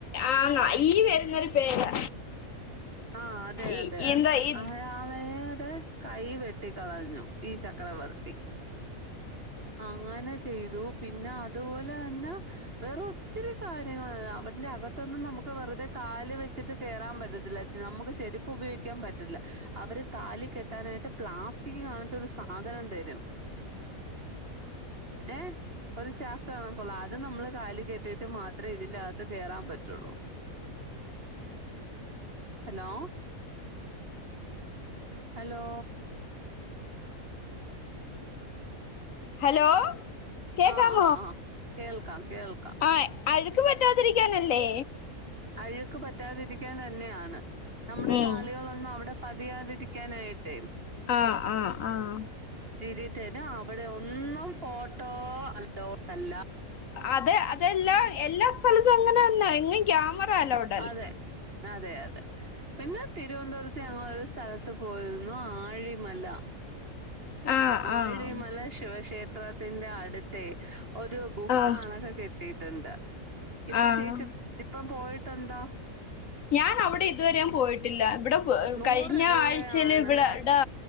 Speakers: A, on the left (about 70°); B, on the right (about 40°).
A: ആഹ് ഈ വരുന്നൊരു പേരാ
B: ആഹ് അതെ
A: ഈ
B: അതെ
A: എന്താ
B: അതെ
A: ഈ
B: അഹ മളയുടെ കൈ വെട്ടികളഞ്ഞു ഈ ചക്രവർത്തി അങ്ങനെ ചെയ്തു പിന്നെ അതുപോലെ തന്നെ വേറ ഒത്തിരി കാര്യങ്ങ അവന്റെ അകത്തൊന്നും നമുക്ക് വെറുതെ കാല് വെച്ചിട്ട് കേയറാൻ പറ്റത്തില്ല നമുക്ക് ചെരുപ്പ് ഉപയോഗിക്കാൻ പറ്റില്ല അവര് കാലി കെട്ടാനായിട്ട് പ്ലാസ്റ്റിക് കാണത്ത ഒരു സാധനം തരും ഏഹ് ഒരു ചാക്ക് കാണക്കോള്ള അത് നമ്മള് കാലി കെട്ടിയിട്ട് മാത്രമേ ഇതിന്റെ അകത്ത് കയറാൻ പറ്റുള്ളൂ ഹലോ ഹലോ
A: ഹലോ കേക്കമ
B: ആഹ് ആഹ് ആഹ് കേൾക്കാം കേൾക്കാം
A: ആയ് അഴുക്ക് പറ്റാതിരിക്കാനല്ലേ
B: അഴുക്ക് പറ്റാതിരിക്കാൻ തന്നെയാണ് നമ്മുടെ
A: ഉം
B: കാലുകൾൊന്നും അവിടെ പതിയാതിരിക്കാനായിട്ടേ
A: ആഹ് ആഹ് ആഹ്
B: രീതിത്തേന്നെ അവിടെ ഒന്നും ഫോട്ടോ അലോഡ് അല്ല
A: അതെ അതെല്ലാ എല്ലാ സ്ഥലത്തും അങ്ങനെന്നാ എങ്ങും ക്യാമറ അല്ലോട്ട
B: അതെ അതെ അതെ പിന്നെ തിരുവനന്തപുരത്ത് ങ്ങ ഒരു സ്ഥലത്ത് പോയിരുന്നു ആഴിമല
A: ആഹ്
B: ആഴിമല
A: ആഹ്
B: ശിവക്ഷേത്രത്തിന്റെ അടുത്ത ഒരു ഗുഹ
A: ആഹ്
B: കാണൊക്കെ കെട്ടിട്ടുണ്ട് ഇപ്പൊ
A: ആഹ്
B: ചേച്ചി ഇപ്പം പോയിട്ടുണ്ടോ
A: ഞാൻ അവിടെ ഇതുവരെയും പോയിട്ടില്ല ഇവിടെ
B: നൂറ്
A: കഴിഞ്ഞ
B: രൂപയാണ്
A: ആഴ്ചൽ ഇവിടെ ഇവിടാ